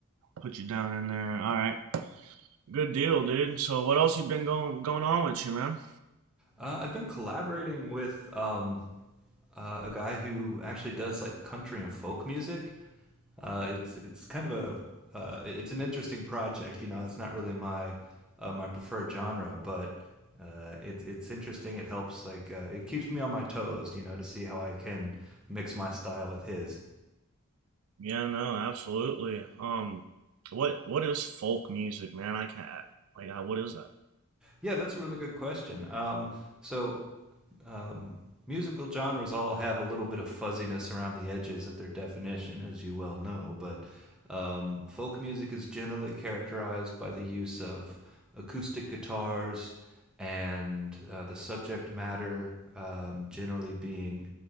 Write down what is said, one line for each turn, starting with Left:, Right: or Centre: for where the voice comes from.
Right: Put you down in there. All right. Good deal, dude. So what else you been going going on with you, man?
Centre: Uh, I've been collaborating with um, uh, a guy who actually does like country and folk music. Uh, it's it's kind of a uh, it's an interesting project. You know, it's not really my uh, my preferred genre, but uh, it's it's interesting. It helps like uh, it keeps me on my toes. You know, to see how I can mix my style with his.
Right: Yeah, no, absolutely. Um, what what is folk music, man? I can't like, I, what is that?
Centre: Yeah, that's a really good question. Um, so um, musical genres all have a little bit of fuzziness around the edges of their definition, as you well know, but um, folk music is generally characterized by the use of acoustic guitars and uh, the subject matter um, generally being